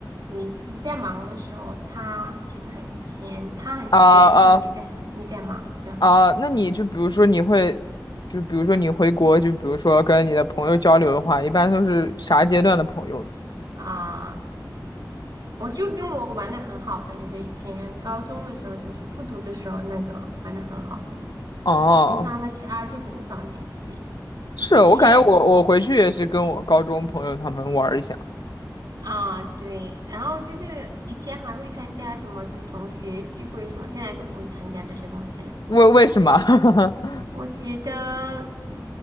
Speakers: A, on the right; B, on the left.
A: 你你在忙的时候，他其实很闲，他很闲的时候，
B: 啊啊
A: 你在你在忙，这样
B: 啊！那你就比如说你会，就比如说你回国，就比如说跟你的朋友交流的话，一般都是啥阶段的朋友呢？
A: 啊，我就跟我玩的很好的，就是以前高中的时候，就是复读的时候那个玩的很好的，
B: 哦，
A: 平常呢其他就很少联系，
B: 是我感觉我我回去也是跟我高中朋友他们玩儿一下，
A: 以前。啊，对，然后就是以前还会参加什么，就是同学聚会什么，现在都不会参加这些东西了。
B: 为为什么？<laughs>
A: 我觉得，